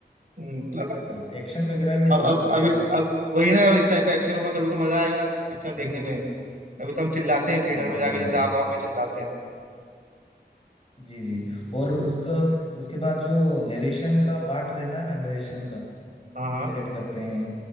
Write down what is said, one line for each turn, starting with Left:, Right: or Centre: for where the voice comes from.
Right: हम्म, अब
Left: हाँ एक्शन वगैरह भी
Right: हाँ अब
Left: बहुत
Right: अब
Left: बढ़िया
Right: अब इस
Left: था
Right: अब वही ना इस टाइप का एक्शन होगा तभी तो मजा आएगा पिक्चर देखने में तभी तो हम चिल्लाते
Left: हाँ
Right: हैं थिएटर
Left: बहुत
Right: में जाके
Left: मजा
Right: जैसे
Left: आता
Right: आप
Left: है
Right: और मैं चिल्लाते हैं
Left: जी जी और उसका उसके बाद जो नरेशन का पार्ट रहता है ना नरेशन का
Right: हाँ हाँ
Left: नरेट करते हैं